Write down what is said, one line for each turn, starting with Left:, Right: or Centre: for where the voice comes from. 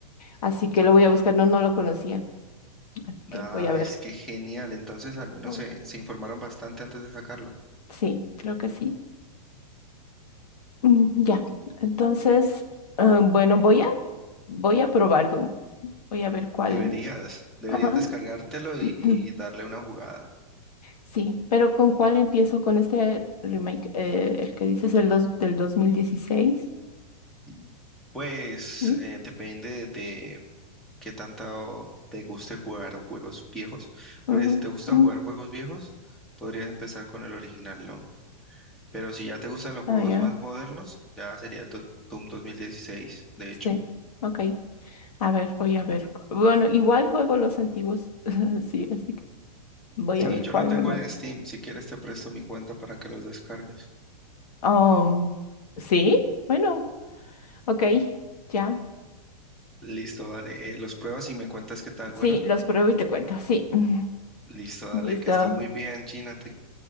Left: Así que lo voy a buscar. No, no lo conocía. Así que
Centre: Ah,
Left: voy a ver.
Centre: es que genial. Entonces, al menos
Left: Mm,
Centre: se, se informaron bastante antes de sacarlo.
Left: Sí, creo que sí. Mm, Ya, entonces, ah, bueno, voy a, voy a probar Doom. Voy a ver cuál.
Centre: Deberías, deberías
Left: Ajá.
Centre: descargártelo y,
Left: <clears throat>
Centre: y darle una jugada.
Left: Sí, pero ¿con cuál empiezo? ¿Con este remake, eh, el que dices el dos, del 2016?
Centre: Y, Pues
Left: ¿Mm?
Centre: eh, depende de, qué tanto te guste jugar juegos viejos. Porque
Left: Ujú,
Centre: si te gusta
Left: ujú.
Centre: jugar juegos viejos, podrías empezar con el original, ¿no? Pero si ya te gustan los juegos
Left: Ah, ya,
Centre: más modernos, ya sería el dos- Doom dos mil dieciséis. de hecho.
Left: Sí, ok. A ver, voy a ver. cu- Bueno, igual juego los antiguos, <laughs> sí, así que voy
Centre: Sí,
Left: a ver
Centre: yo
Left: cuál
Centre: lo tengo
Left: me va.
Centre: en Steam. Si quieres, te presto mi cuenta para que los descargues.
Left: Um, sí, bueno, ok, ya.
Centre: Listo, dale. eh, los pruebas y me cuentas qué tal.
Left: Sí,
Centre: Bueno,
Left: los pruebo y te cuento, sí. <laughs>
Centre: listo,
Left: Mm,
Centre: dale.
Left: Listo.
Centre: Que estés muy bien, China. Te,